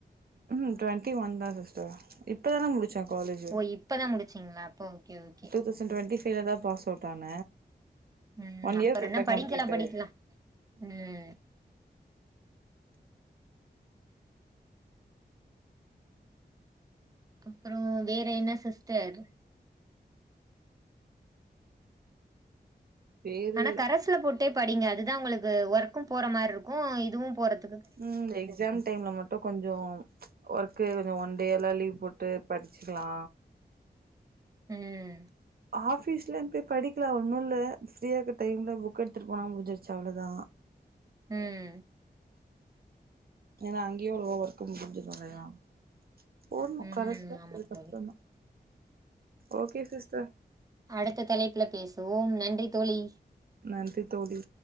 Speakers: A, on the right; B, on the right.
A: ம்ஹு டுவெண்டி ஒன்தா சிஸ்டர் இப்பதா நா முடிச் ச காலேஜ்
B: ஓ இப்பதா முடிச்சிங்ளா அப்ப ஓகே ஓகே
A: தௌசண் டுவெண்டி ஃபைலதா பாஸ் அவுட் ஆன
B: ம்
A: ஒன்
B: அப்பற
A: இயர் கரெக்ட்டா
B: என்ன படிக்கலா
A: கம்ப்ளீட்
B: படிக்கலா
A: ஆய்ருக்
B: ம் அப்பறோ வேற என்ன சிஸ்டர்
A: பேரு
B: ஆனா கரசுல போட்டே படிங்க அதுதா உங்களுக்கு ஒர்க்கு போற மாரி இருக்கு இதுவு போறத்
A: ம் எக்ஸாம் டைம்ல மட் டோ கொஞ்சோ ஒர்க்கு கொஞ்சோ ஒன் டேல்ல லீவ் போட்டு படிச்சுக்கலா
B: ம்
A: ஆஃபீஸ்ல போய் படிக்கலா ஒண்ணுல்ல ஃப்ரீயார்க்க டைம்ல புக் எடுத்துட்டு போனா முடிஞ்சிருச்சு அவ்ளோதா
B: ம்
A: ஏன்னா அங்கேயோ ஒரு ஒ ஒர்க்கு முடிஞ்சுர்ல்லையா போன்ணு
B: ம்
A: கரஸ்ல
B: ஆமா
A: இதுக்கப்பறம்
B: தோழி
A: தா ஓகே சிஸ்டர்
B: அடுத்த தலைப்புல பேசுவோ நன்றி தோழி
A: நன்றி தோழி